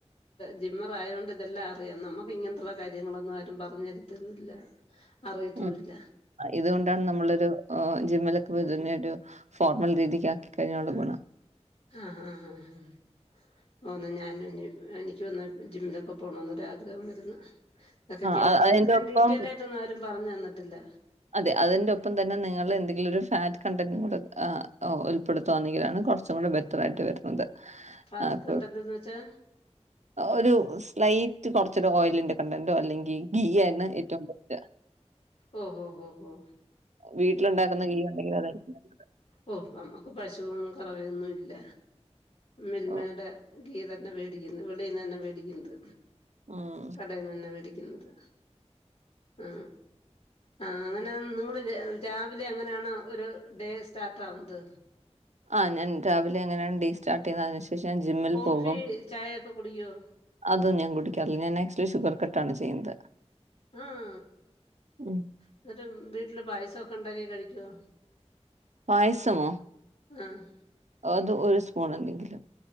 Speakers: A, on the left (about 60°); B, on the right (about 80°).
A: ജിമ്മർ ആയതോണ്ട് ഇതെല്ലാം അറിയാം. നമുക്ക് ഇങ്ങനത്തുള്ള കാര്യങ്ങളൊന്നും ആരും പറഞ്ഞു തരുത്തെന്നും ഇല്ല അറിയത്തും
B: ഉം
A: ഇല്ല.
B: ഇതുകൊണ്ടാണ് നമ്മളൊരു ജിമ്മിലൊക്കെ പോയി തന്നെ ഒരു ഫോർമൽ രീതിക്ക് ആക്കി കഴിഞ്ഞാലുള്ള ഗുണം.
A: ആഹ് ആഹ് ഹാ ഹാ ഹാ ആന്നോ ഞാനും ഇനി എനിക്കുംഒന്ന് ജിമ്മിലൊക്കെ പോണന്ന് ഒരാഗ്രഹം വരുന്നു. ഇതൊക്കെ കേട്ടപ്പോഇത്രയും
B: ആഹ് അതിന്റെ ഒപ്പം
A: ഡീറ്റെയിൽ ആയിട്ടൊന്നും ആരും പറഞ്ഞ് തന്നിട്ടില്ല.
B: അതെ അതിന്റെ ഒപ്പം തന്നെ നിങ്ങൾ എന്തെങ്കിലും ഒരു ഫാറ്റ് കണ്ടന്റ് കൂടെ ഉൾപ്പെടുത്തുകയാണെങ്കിലാണ് കുറച്ചും കൂടെ ബെറ്റ റായിട്ട് വരുന്നത്.
A: ഫാറ്റ്
B: അപ്പൊ
A: കണ്ടന്റ് എന്ന് വെച്ചാ
B: ഒരു സ്ലൈറ്റ് കുറച്ചൊരു ഓയിലിന്റെ കണ്ടന്റോ അല്ലെങ്കിൽ ഗീ ആയിരുന്നു ഏറ്റവും ബെസ്റ്റ്.
A: ഓഹോ ഓഹോ ഹോ
B: വീട്ടിലുണ്ടാക്കുന്ന ഗീ ഉണ്ടങ്കിൽ അതായിരിക്കും നല്ലത്.
A: ഓ നമുക്ക് പശുവും കറവയൊന്നും ഇല്ല. മിൽമയുടെ
B: ഓഹ്
A: ഗീ തന്നെ വേടിക്കുന്നു. വെളിയിന്ന് തന്നെ വേടിക്കുന്നത്.
B: ആഹ്
A: കടയിൽ നിന്ന് തന്നെ മേടിക്കുന്നത്. ആ ആ അങ്ങനെ നിങ്ങൾ രാവിലെ അങ്ങനെയാണോ ഒരു ഡേ സ്റ്റാർട്ട് ആകുന്നത്?
B: ആ ഞാൻ രാവിലെ അങ്ങനെയാണ് ഡേ സ്റ്റാർട്ട് ചെയ്യുന്നത്. അതിനുശേഷം ഞാൻ ജിമ്മിൽ
A: കോഫി
B: പോകും.
A: ചായയൊക്കെ കുടിക്കുവോ
B: അത് ഞാൻ കുടിക്കാറില്ല. ഞാൻ ആക്ച്വലി ഷുഗർ കട്ടാണ് ചെയ്യുന്നത്.
A: മം
B: ഉം
A: എന്നിട്ട് വീട്ടില് പായസമൊക്കെ ഉണ്ടാക്കി കഴിക്കുവോ?
B: പായസമോ?
A: ആഹ്
B: അത് ഒരു സ്പൂൺ എന്തെങ്കിലും